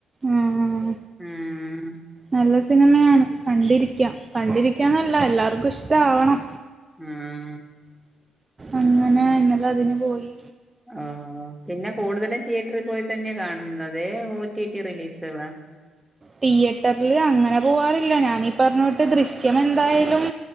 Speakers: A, on the right; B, in the centre.
A: ആഹ്
B: ഉം.
A: നല്ല സിനിമയാണ് കണ്ടിരിക്ക്യ, കണ്ടിരി ക്ക്യന്നല്ല എല്ലാവർക്കും ഇഷ്ടാവണം.
B: ഉം.
A: അങ്ങനെ ഇന്നല അതിന് പോയി.
B: ഓ പിന്നെ കൂടുതലും തിയേറ്ററി പോയിതന്നെയാ കാണുന്നത് അതെ ഓ ടി ടി റിലീസുകള.
A: തീയറ്ററില് അങ്ങനെ പോവാറില്ല ഞാനീ പറഞ്ഞോട്ട് ദൃശ്യം എന്തായാലും.